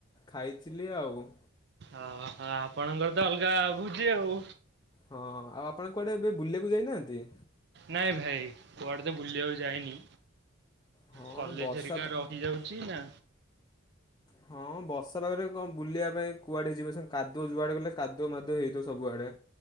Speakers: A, on the left; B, on the right.
A: ଖାଇଥିଲି ଆଉ।
B: ଅଁହଁ ଆପଣଙ୍କର ତ ଅଲଗା ଭୁଜି ଆଉ।
A: ହଁ ଆଉ ଆପଣ କୁଆଡ଼େ ଏବେ ବୁଲିବାକୁ ଯାଇନାହାନ୍ତି?
B: ନାଇଁ ଭାଇ କୁଆଡ଼େ ତ ବୁଲିବାକୁ ଯାଇନି।
A: ହଁ
B: କଲେଜ୍
A: ବର୍ଷା
B: ହେରିକା
A: ପା
B: ରହିଯାଉଛି ନା
A: ହଁ ବର୍ଷା ପାଗରେ କଁ ବୁଲିବା ପାଇଁ କୁଆଡ଼େ ଯିବେ ସାଙ୍ଗ କାଦୁଅ ଯୁଆଡ଼େ ଗଲେ କାଦୁଅ ମାଦୁଅ ହେଇଥିବ ସବୁଆଡ଼େ।